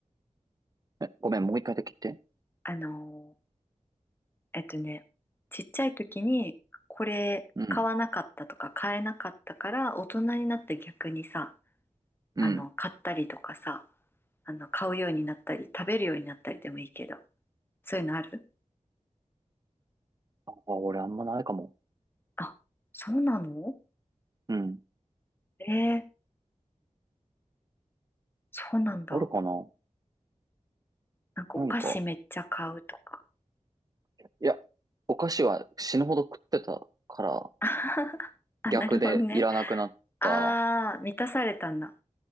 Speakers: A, on the right; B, on the left.
A: え、ごめん、もう一回だけ言って。
B: あのえっとね、ちっちゃい時にこれ買わなかったとか買えなかったから大人になって逆にさ、
A: うん。うん。
B: あの、買ったりとかさ、あの、買うようになったり食べるようになったりでもいいけど、そういうのある
A: あ、俺あんまないかも。
B: あ、そうなの
A: うん。
B: えー、そうなんだ。
A: あるかな
B: なんかお菓子めっちゃ買うとか。
A: なんか、いや、お菓子は死ぬほど食ってたから、
B: <laughs> あ、
A: 逆でいらなくなった。
B: なるほどね。ああ、満たされたんだ。